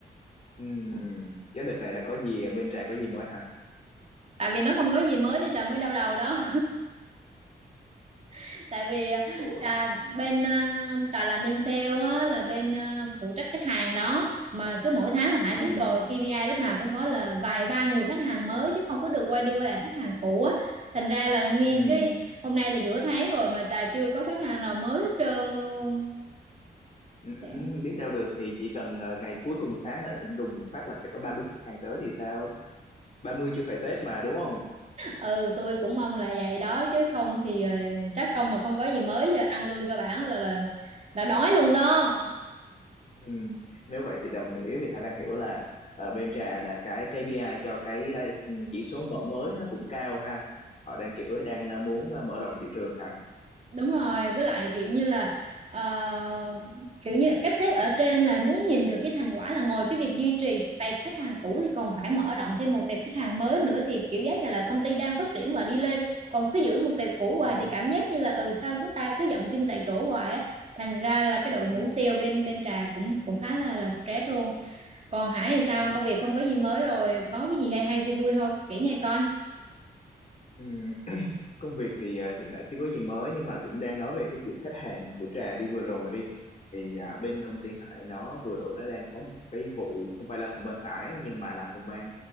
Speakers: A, on the left (about 40°); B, on the right (about 40°).
A: Ừm, cái đợt này là có gì ở bên trà có gì mới hả
B: Tại vì nó không có gì mới nên Trà mới đau đầu đó. <laughs> Tại vì à,
A: ủa
B: Trà bên à, Trà làm bên sale á, là bên à, phụ trách khách hàng đó, mà cứ mỗi tháng là Hải
A: ừm,
B: biết rồi KPI lúc nào cũng phải là vài ba người khách hàng mới chứ không có được quay đi quay lại khách hàng cũ á. Thành ra là nguyên
A: ừm,
B: cái hôm nay là giữa tháng rồi mà Trà chưa có khách hàng nào mới hết trơn luôn.
A: ừm,
B: Vậy.
A: biết đâu được thì chỉ cần à, ngày cuối cùng tháng là đùng một phát là sẽ có ba bốn khách hàng tới thì sao ba mươi chưa phải Tết mà đúng không
B: Ừ, tôi cũng mong là vậy đó chứ không thì ờ, trách không mà không có gì mới giờ ăn lương cơ bản là là là đói luôn đó.
A: Ừ. Nếu vậy thì đồng nghĩa việc Hà đang hiểu là ờ, bên trà là cái KPI cho cái ờ, chỉ số mở mới nó cũng cao ha. Họ đang kiểu đang ờ, muốn ờ, mở rộng thị trường hả?
B: Đúng rồi, với lại kiểu như là ờ, kiểu như các sếp ở trên là muốn nhìn được cái thành quả là ngoài cái việc duy trì tệp khách hàng cũ thì còn phải mở rộng thêm một tệp khách hàng mới nữa thì kiểu giác như là công ty đang phát triển và đi lên. Còn cứ giữ một tệp cũ hoài
A: Ừ.
B: thì cảm giác như là ừ sao chúng ta cứ dậm chân tại chỗ hoài á. Thành ra là cái đội
A: Ừ.
B: ngũ sale bên bên trà cũng cũng khá là là stress luôn. Còn Hải thì sao?
A: Ừ.
B: Công việc không có gì mới rồi, có cái gì hay hay vui vui không? Kể nghe coi.
A: Ừ. công việc thì à, hiện tại chưa có gì mới nhưng mà cũng đang nói về cái chuyện khách hàng của Trà đi vừa rồi đi thì à, bên công ty Hải nó vừa rồi nó đang có một cái vụ không phải là phòng ban Hải nhưng mà là phòng ban